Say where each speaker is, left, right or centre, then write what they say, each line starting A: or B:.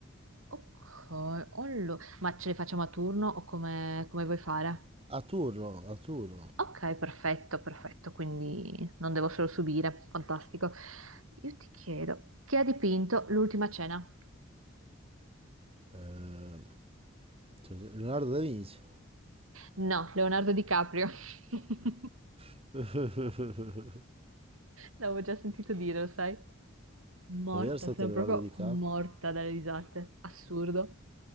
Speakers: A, on the right (about 85°); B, on the right (about 30°).
A: Ok, allo- ma ce li facciamo a turno o come, come vuoi fare?
B: A turno, a turno.
A: Ok, perfetto, perfetto, quindi non devo solo subire, fantastico. Io ti chiedo, chi ha dipinto l'ultima cena?
B: Eh, Leonardo da Vinci.
A: No, Leonardo DiCaprio. <laughs>
B: <laughs> Non
A: L'avevo già sentito dire, lo sai? Morta,
B: era stato
A: sono
B: Leonardo
A: proprio
B: DiCaprio?
A: morta dalle risate. Assurdo.